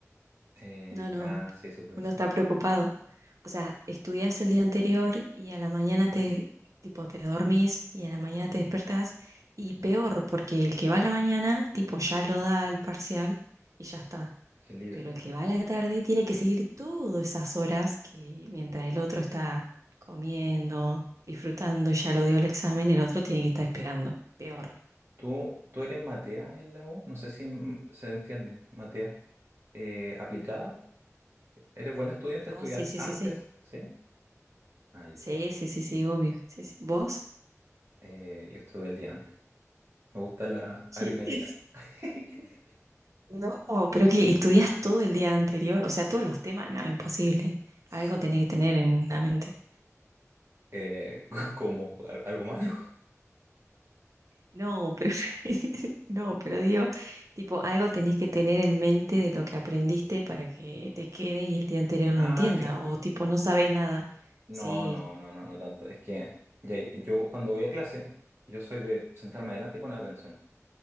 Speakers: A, on the right (about 50°); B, on the right (about 70°).
A: Eh,
B: No, no,
A: ya, sí, sí puede
B: uno
A: ser.
B: está preocupado. O sea, estudias el día anterior y a la mañana te, tipo, te dormís y a la mañana te despertás y peor, porque el que va a la mañana, tipo, ya lo da el parcial y ya está.
A: Que es libre.
B: Pero el que va a la tarde tiene que seguir todas esas horas que mientras el otro está comiendo, disfrutando y ya lo dio el examen, el otro tiene que estar esperando. Peor.
A: ¿Tú, tú eres Matea en la U? No sé si mm, se entiende. Matea. Eh, ¿aplicada? ¿Eres buena estudiante?
B: Ah,
A: ¿Estudias
B: sí, sí,
A: antes?
B: sí, sí.
A: ¿Sí? Ah, ya,
B: Sí,
A: eso.
B: sí, sí, sí, obvio. Sí, sí. ¿Vos?
A: Eh, yo estuve el día antes. Me gusta la
B: Sí.
A: adrenalina.
B: <laughs>
A: <laughs>
B: No, pero que estudias todo el día anterior, o sea, todos los temas, no, imposible.
A: Sí.
B: Algo tenés que tener en la mente.
A: Eh, <laughs> ¿cómo? ¿Al- ¿Algo malo?
B: No, pero <laughs> no, pero digo, tipo, algo tenés que tener en mente de lo que aprendiste para que te quede y el día anterior
A: Ah,
B: lo entienda,
A: claro.
B: o tipo, no sabes nada.
A: No,
B: Sí.
A: no, no, no, no tanto. Es que ya- yo cuando voy a clase, yo soy de sentarme adelante y poner atención.